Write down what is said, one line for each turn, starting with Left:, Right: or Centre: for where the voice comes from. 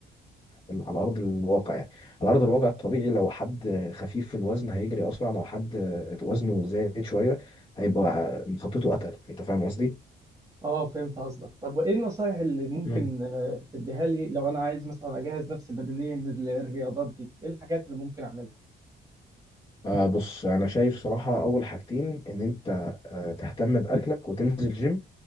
Left: على ارض الواقع يعني على ارض الواقع الطبيعي لو حد خفيف في الوزن هيجري اسرع لو حد وزنه زايد شويه هيبقى خطته اتقل انت فاهم قصدي
Right: اه فهمت قصدك طب وايه النصايح اللي ممكن
Left: مم.
Right: آه، تديها لي لو انا عايز مثلا اجهز نفسي بدنيا للرياضات دي ايه الحاجات اللي ممكن اعملها
Left: آه بص انا شايف صراحة اول حاجتين ان انت آه تهتم باكلك وتنزل جيم